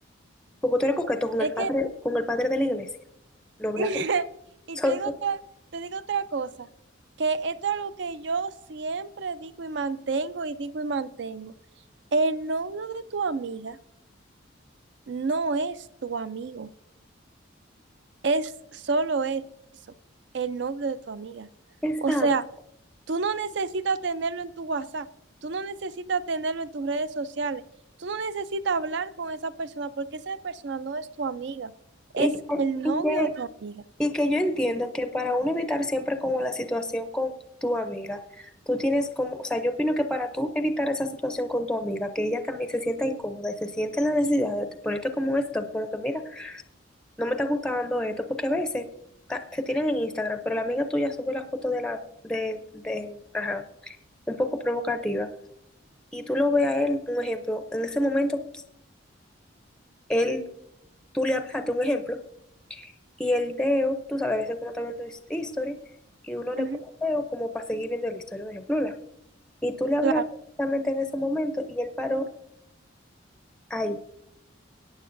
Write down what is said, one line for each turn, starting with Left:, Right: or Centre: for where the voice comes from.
Centre: porque tú eres coqueto con
Right: es
Centre: el padre,
Right: que,
Centre: con el padre de la iglesia, no ¿verdad?
Right: <laughs> y
Centre: Entonces,
Right: te digo otra, te digo otra cosa, que esto es algo que yo siempre digo y mantengo y digo y mantengo. El novio de tu amiga no es tu amigo. Es solo eso, el novio de tu amiga.
Centre: exacto.
Right: O sea, tú no necesitas tenerlo en tu WhatsApp, tú no necesitas tenerlo en tus redes sociales, tú no necesitas hablar con esa persona porque esa persona no es tu amiga,
Centre: Y
Right: es
Centre: que,
Right: el novio
Centre: y que,
Right: de tu amiga.
Centre: y que yo entiendo que para uno evitar siempre como la situación con tu amiga, tú tienes como, o sea, yo opino que para tú evitar esa situación con tu amiga, que ella también se sienta incómoda y se siente la necesidad de ponerte como un stop, como que mira, no me está gustando esto, porque a veces ta- se tienen en Instagram, pero la amiga tuya sube la foto de la, de, de, ajá, un poco provocativa, y tú lo ves a él, un ejemplo, en ese momento, él, tú le hablaste, un ejemplo, y el dedo, tú sabes, a veces uno está viendo his- history, y uno le
Right: Ujú,
Centre: pone el dedo como para seguir viendo la historia, un ejemplo, la- y tú le hablaste
Right: claro,
Centre: exactamente en ese momento, y él paró ahí,